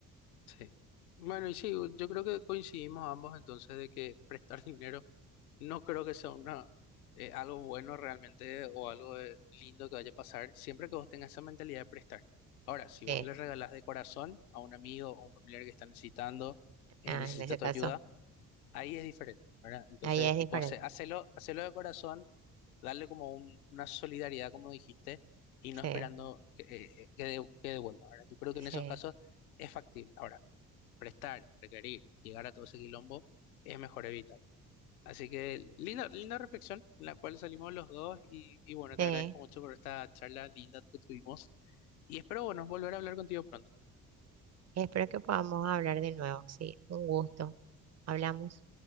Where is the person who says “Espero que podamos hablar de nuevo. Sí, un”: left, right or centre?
Right